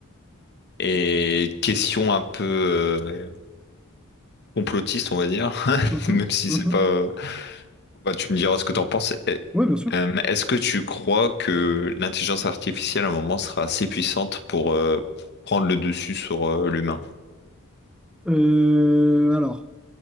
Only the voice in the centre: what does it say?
Mhm,
mhm.
Oui, bien sûr.
Euh, alors,